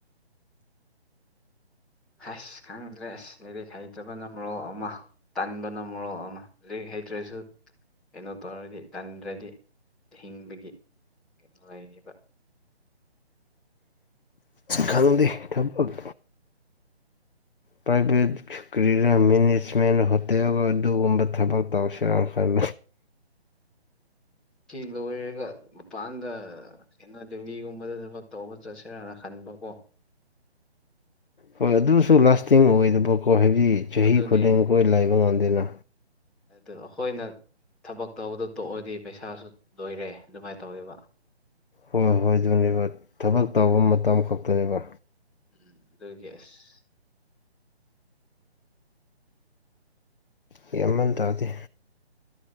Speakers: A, in the centre; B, on the left.
A: ꯍꯁ ꯈꯪꯗ꯭ꯔꯦ ꯑꯁ ꯂꯩꯥꯏꯔꯤꯛ ꯍꯩꯇꯕ ꯅ ꯃꯔꯔꯣ ꯑꯃ ꯇꯥꯟꯕꯅ ꯃꯣꯔꯣꯛ ꯑꯃ ꯂꯤꯛ ꯍꯩꯇ꯭ꯔꯁꯨ ꯀꯩꯅꯣ ꯇꯧꯔꯗꯤ ꯇꯟꯗ꯭ꯔꯗꯤ ꯍꯤꯡꯕꯒꯤ ꯀꯩꯅꯣ ꯂꯩꯔꯤꯕ
B: ꯈꯪꯗꯦ ꯊꯕꯛ ꯄ꯭ꯔꯥꯏꯚꯦꯠ ꯀꯔꯤꯗ ꯃꯦꯅꯦꯖꯃꯦꯟ ꯍꯣꯇꯦꯜ ꯑꯗꯨꯒꯨꯝꯕ ꯊꯕꯛ ꯇꯧꯁꯤꯔ ꯈꯜ
A: ꯐꯤ ꯂꯣꯏꯔꯒ ꯃꯄꯥꯟꯗ ꯀꯩꯅ ꯗꯦꯜꯂꯤꯒꯨꯝꯕꯗ ꯊꯕꯛ ꯇꯧꯕ ꯆꯠꯁꯤꯔꯥꯅ ꯈꯟꯕ ꯀꯣ
B: ꯍꯣꯏ ꯑꯗꯨꯁꯨ ꯂꯥꯁꯇꯤꯡ ꯑꯣꯏꯗꯕꯀꯣ ꯍꯥꯏꯕꯗꯤ ꯆꯍꯤ
A: ꯑꯗꯨꯅꯦ
B: ꯈꯨꯗꯤꯡ ꯀꯣꯏ ꯂꯥꯏꯕ ꯉꯝꯗꯦꯅ
A: ꯑꯗꯨ ꯑꯩꯈꯣꯏꯅ ꯊꯕꯛ ꯇꯧꯕꯗꯣ ꯇꯣꯛꯑꯗꯤ ꯄꯩꯁꯥꯁꯨ ꯂꯣꯏꯔꯦ ꯑꯗꯨꯃꯥꯏꯅ ꯇꯧꯋꯦꯕ
B: ꯍꯣꯏ ꯍꯣꯏ ꯑꯗꯨꯅꯦꯕ ꯊꯕꯛ ꯇꯧꯕ ꯃꯇꯝ ꯈꯛꯇꯅꯦꯕ
A: ꯎꯝ ꯑꯗꯨꯒꯤ ꯑꯁ
B: ꯑꯩ ꯌꯥꯝꯃꯟ ꯇꯥꯗꯦ